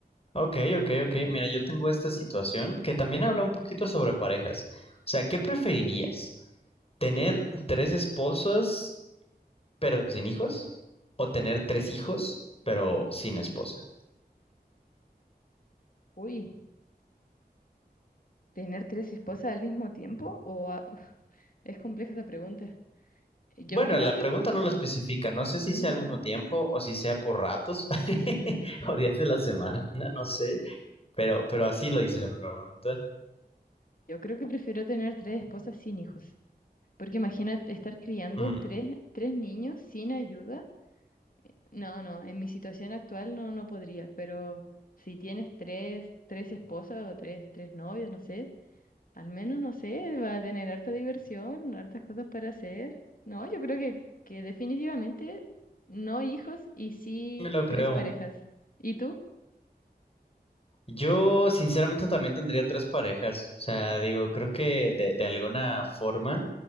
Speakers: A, on the left (about 35°); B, on the left (about 55°).
A: Ok, ok, ok. Mira, yo tengo esta situación que también habla un poquito sobre parejas. O sea, ¿qué preferirías? ¿Tener tres esposas pero sin hijos? ¿O tener tres hijos pero sin esposa?
B: Uy, ¿tener tres esposas al mismo tiempo? O a- es compleja esa pregunta. Yo
A: Bueno,
B: creo
A: la
B: que,
A: pregunta no la especifica. No sé si
B: no,
A: sea al mismo tiempo o si sea por ratos <laughs> o días de la semana, no sé. Pero, pero así lo dice la pregunta.
B: yo creo que prefiero tener tres esposas sin hijos, porque imagínate estar criando
A: Mm,
B: tres, tres niños sin ayuda No, no, en mi situación actual no, no podría, pero si tienes tres, tres esposas o tres, tres novios, no sé, al menos, no sé, va a tener harta diversión, hartas cosas para hacer. No, yo creo que, que definitivamente no hijos y sí
A: me lo creo.
B: tres parejas. ¿Y tú?
A: Yo sinceramente también tendría tres parejas. O sea, digo, creo que de, de alguna forma,